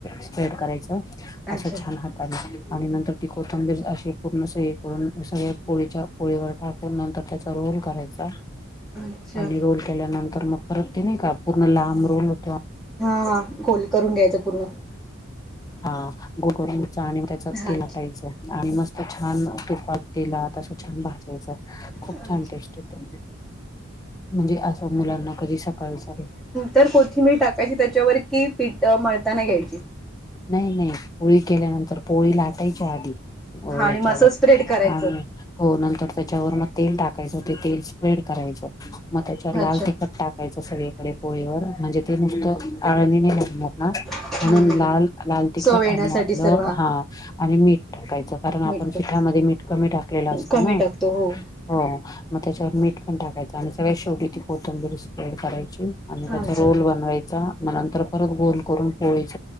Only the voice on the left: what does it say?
स्प्रेड कराचं
असं छान आणि नंतर ती कोथंबीर अशी पूर्ण स करून सगळ्या पोळीच्या पोळीवर टाकून नंतर त्या रोल करायचा
आणि रोल केल्यानंतर मग परत ते नाही का पूर्ण लांब रोल होते
हा गोगोरंगच आणि त्याच
ते लाटायचं आणि मस्त छान तुपात केला तसं छान भाजायच खूप
छान टेस्ट येते म्हणजे असं मुलांना कधी सकाळ चाल
नाही नाही पोळी केल्यानंतर पोळी लाटायचा आधी हो
याच्यावर
आणि हो नंतर त्याच्यावर मग तेल टाकायचं ते तेल स्प्रेड करायचं मग त्याच्यावर
लाल तिखट टाकायच सगळीकडे पोळीवर म्हणजे ते नुसत आळणी नाही ना
म्हणून
लाल लाल तिखट
आणि आपलं
हा आणि मीठ टाकायचं कारण आपण
पिठामध्ये मीठ कमी टाकलेलं असत
ना
हो मग त्याच्यावर मीठ पण टाकायचं आणि सगळ शेवटी ती कोथंबीरी स्प्रेड करायची आणि त्याचा
रोल बनवायचा मग नंतर परत गोल करून पोळीच